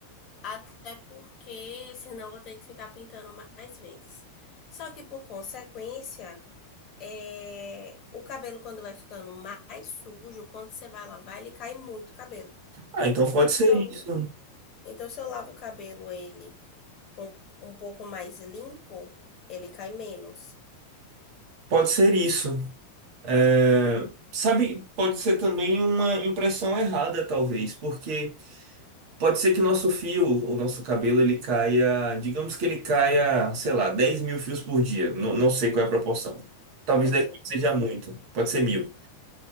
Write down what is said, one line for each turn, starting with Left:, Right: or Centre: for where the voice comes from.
Left: Até porque senão eu vou ter que ficar pintando mais vezes. Só que por consequência, é, o cabelo quando vai ficando mais sujo, quando você vai lavar, ele cai muito o cabelo.
Right: Ah, então pode
Left: Então,
Right: ser
Left: se eu,
Right: isso.
Left: então, se eu lavo o cabelo ele com um pouco mais limpo, ele cai menos.
Right: Pode ser isso. É, sabe, pode ser também uma impressão errada, talvez, porque pode ser que o nosso fio, o nosso cabelo, ele caia, digamos que ele caia, sei lá, dez mil fios por dia. Não, não sei qual é a proporção. Talvez
Left: Também
Right: dez
Left: não
Right: mil seja
Left: sei não.
Right: muito, pode ser mil.